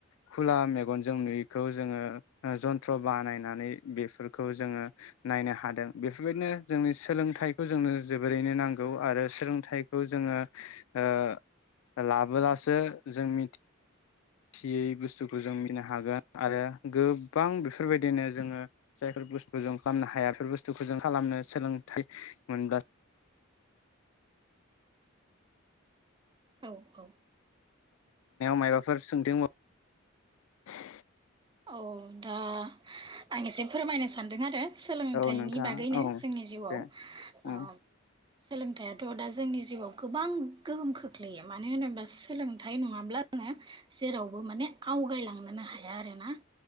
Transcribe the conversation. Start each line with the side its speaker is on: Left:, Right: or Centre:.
Left: खुला मेगनजों नुयैखौ जोङो जन्थ्र बानायनानै बेफोरखौ जोङो नायनो हादों बेफोरबायदिनो जोंनि सोलोंथाइखौ जोंनो जोबोरैनो नांगौ आरो सोलोंथाइखौ जोङो ओ लाबोलासो जों मिथि थियै बुस्थुखौ जों मिनो हागोन आरो गोबां बेफोरबायदिनो जोङो जायफोर बुस्थु जों खालामनो हाया बेफोर बुस्थुखौ जों खालामनो सोलोंथाइ मोनब्ला
Right: औ औ।
Left: माबाफोर सोंथि <inaudible>
Right: औ दा आं एसे फोरमायनो सानदों आरो सोलोंथाइनि
Left: औ नोंथाङा
Right: बागैनो
Left: औ
Right: जोंनि जिउआव
Left: दे उम
Right: अ सोलोंथाइथ दा जोंनि जिउआव गोबां गोहोम खोख्लैयो मानो होनोबा सोलोंथाइ नङाब्ला जोङो जेरावबो माने आवगायलांनोनो हाया आरो ना